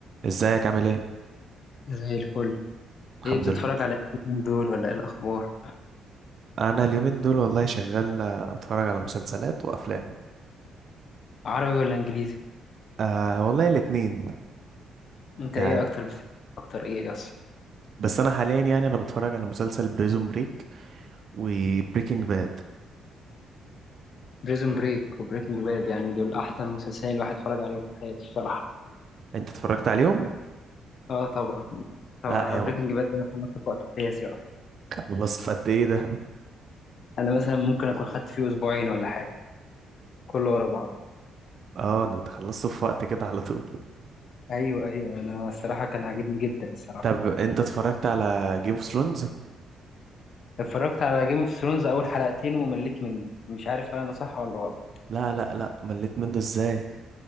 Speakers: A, on the right; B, on the left.
A: ازيك عامل ايه
B: زي الفل
A: الحمد
B: ايه بتتفرج
A: لله
B: على ايه اليومين دول ولا ايه الاخبار
A: انا اليومين دول والله شغال آه، اتفرج على مسلسلات وافلام
B: عربي ولا انجليزي
A: آه والله الاتنين
B: انت
A: يعني
B: ايه اكتر بتحب اكتر ايه اصلا
A: بس انا حاليا يعني انا بتفرج على مسلسل بريزون بريك وبريكنج باد
B: بريزون بريك وبريكنج باد يعني دول احسن مسلسلين الواحد اتفرج عليهم في حياته الصراحه
A: انت اتفرجت عليهم
B: اه طبعا طبعا
A: لا
B: انا
A: يا
B: بريكنج
A: هو
B: باد ده انا خلصته في وقت قياسي اصلا
A: خلصت في قد ايه ده
B: انا مثلا ممكن اكون خدت فيه اسبوعين ولا حاجه كله ورا بعض
A: اه ده انت خلصته في وقت كده على طول
B: ايوه ايوه انا الصراحه كان عاجبني جدا الصراحه
A: طب انت اتفرجت على جيم اوف ثرونز
B: اتفرجت على جيم اوف ثرونز اول حلقتين ومليت منه مش عارف هل انا صح ولا غلط
A: لا لا لا مليت منه ازاي